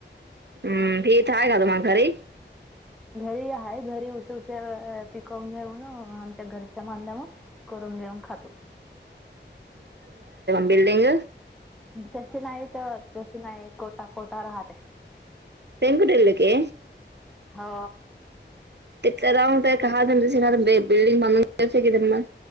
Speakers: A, on the right; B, in the centre.
A: हम्म फीत आहेय का त माग घरी
B: घरी आहेा घरी उे उे पिकून घेऊन आमच्या घरच्या माांधा म को तम खाातो
A: बिल्डीिंग
B: तसे नाही तर तस नाही कोटा कोटा राहते
A: पकुटल क
B: हो
A: ते का त्यांस ना बिल्डिंग बनूनयचं कि त्यां म